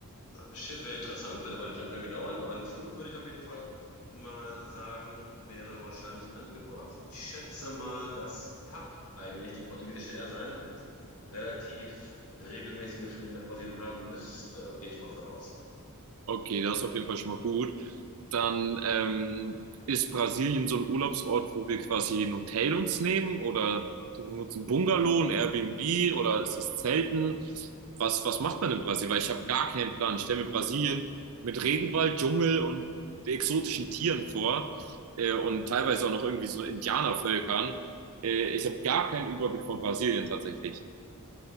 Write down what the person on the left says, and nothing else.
Schiff wäre interessant, wird aber wahrscheinlich lange dauern, aber ein Flug würde ich auf jeden Fall mal sagen, wäre wahrscheinlich angebracht. Ich schätze mal, dass TAP, eigentlich die portugiesische Airline, relativ regelmäßige Flüge nach Brasilien haben müsste, gehe ich mal von aus.